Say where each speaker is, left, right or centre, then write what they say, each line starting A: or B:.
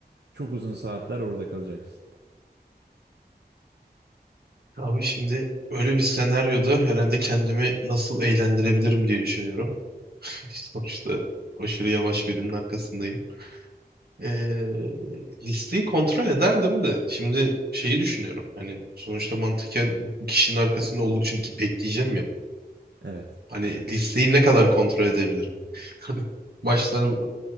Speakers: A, on the right; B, on the right.
A: çok uzun saatler orada kalacaksın.
B: Abi şimdi öyle bir senaryoda herhalde kendimi nasıl eğlendirebilirim diye düşünüyorum. <laughs> Sonuçta aşırı yavaş birinin arkasındayım. Ee, listeyi kontrol ederdim de. Şimdi şeyi düşünüyorum. Hani sonuçta mantıken kişinin arkasında oldukça gi- bekleyeceğim ya.
A: Evet.
B: Hani listeyi ne kadar kontrol edebilirim? <laughs> Hani baştan